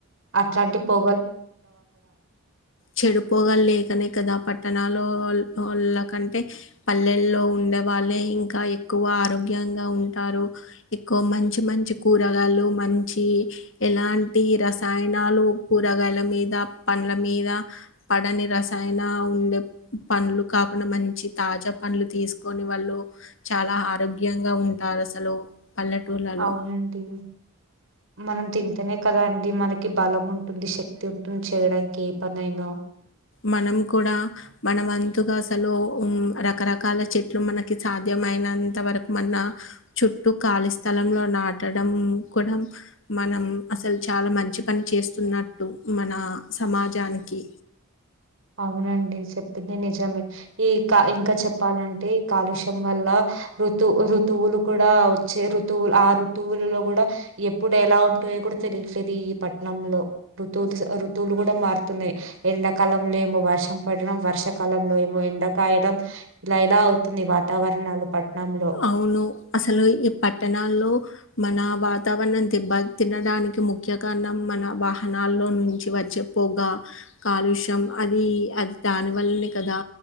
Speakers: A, on the right; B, on the left.
A: అట్లాంటి పో
B: చెడుపోగాలి లేకనే కదా పట్టణాలో వాళ్ల కంటే పల్లెల్లో ఉండేవాళ్లే ఇంకా ఎక్కువ ఆరోగ్యంగా ఉంటారు ఇంకో మంచి మంచి కూరగాయలు మంచి ఎలాంటి రస రసాయనాలు కూరగాయల మీద పండ్ల మీద పడని రసాయన ఉండే పండ్లు కాకుండా మంచి తాజా పండ్లు తీసుకొని వాళ్ళు చాలా ఆరోగ్యంగా ఉంటారు అసలు పల్లెటూర్లలో
A: అవునడి మనం తింటేనే కదా అండి మనకి బలం ఉంటుంది శక్తి ఉంటుంది చేయడానికి ఏ పనైనా
B: మనం కూడా మనమంతుగా అసలు రకరకాల చెట్లు మనకి సాధ్యమైనంత వరకు మన చుట్టూ ఖాళీ స్థలంలో నాటడం కూడా మనం అసలు చాలా మంచి పని చేస్తున్నట్టు మన సమాజానికి
A: అవునండి చెప్తుంది నిజమే ఈ ఇంకా చెప్పాలంటే ఈ కాలుష్యం వల్ల ఋతు ఋతువులు కూడా వచ్చే ఋతువులు ఆ ఋతువులో కూడా ఎప్పుడు ఎలా ఉంటాయో కూడా తెలియట్లేదు ఈ పట్ణంలో ఋతువులు ఋతువులు కూడా మారుతున్నాయి ఎండాకాలం లే ము వష పడడం వర్షాకాలంలో ఏమో ఎండకాయడం ఇలా ఇలా అవుతుంది వాతావరణాలు పట్టణంలో
B: అవును. అసలు ఈ పట్టణాల్లో మన వాతావరణం తిబ తినడానికి ముఖ్య కారణం మన వాహనాల్లో నుంచి వచ్చే పొగ కాలుష్యం అది అది దాని వల్లనే కదా